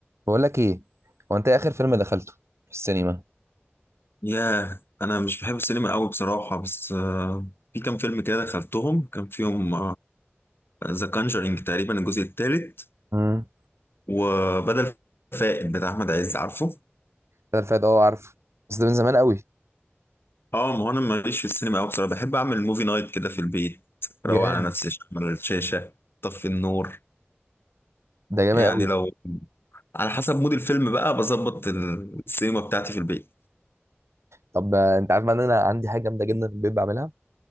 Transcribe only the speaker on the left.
ياه انا مش بحب السينما قوي بصراحه بس آه، في كام فيلم كده دخلتهم كان فيهم ذا كانجرينج تقريبا الجزء الثالث
وبدل فائد بتاع احمد عز عارفه
اه ما هو انا ماليش في السينما قوي بصراحه بحب اعمل موفي نايت كده في البيت
روق على نفسي اشغل الشاشه طفي النور
يعني
لو على حسب مود الفيلم بقى بظبط السينما بتاعتي في البيت